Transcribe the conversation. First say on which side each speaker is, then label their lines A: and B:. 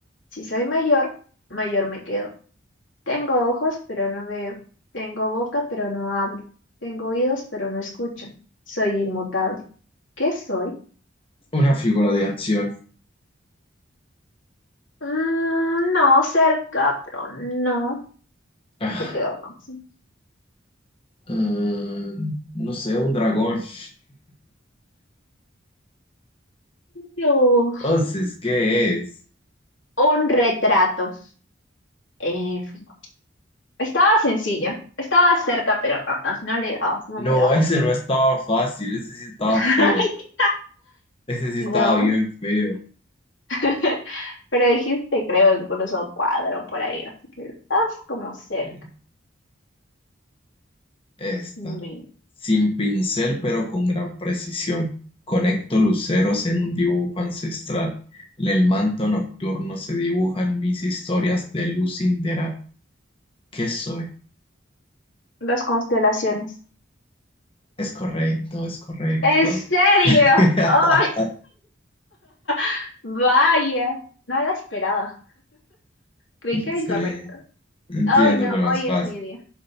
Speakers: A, on the left (about 80°); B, on the left (about 30°).
A: Si soy mayor, mayor me quedo. Tengo ojos, pero no veo. Tengo boca, pero no hablo. Tengo oídos, pero no escucho. Soy inmutable. ¿Qué soy?
B: Una figura de acción.
A: Mm, no, cerca, pero no.
B: Ah,
A: Te queda una opción.
B: mm, no sé, un dragón. <laughs>
A: No.
B: Entonces, ¿qué es?
A: Un retrato. En fin. Estaba sencilla. Estaba cerca, pero ah, ah, no le dabas, no
B: No,
A: le dabas.
B: ese no estaba fácil, ese sí estaba
A: <laughs>
B: feo. Ese sí
A: No.
B: estaba bien feo.
A: <laughs> Pero dijiste, creo, incluso cuadro por ahí. Así que estás como cerca.
B: Ok. Esta.
A: Mi-
B: Sin pincel, pero con gran precisión. Conecto luceros en un dibujo ancestral. En el manto nocturno se dibujan mis historias de luz sideral. ¿Qué soy?
A: Las constelaciones.
B: Es correcto, es correcto.
A: ¿En serio?
B: <laughs>
A: Oh my <laughs> Vaya, no la esperaba. Creí que era
B: Sí,
A: incorrecto.
B: entiendo
A: Ay, no,
B: con
A: hoy
B: las paz.
A: es mi día.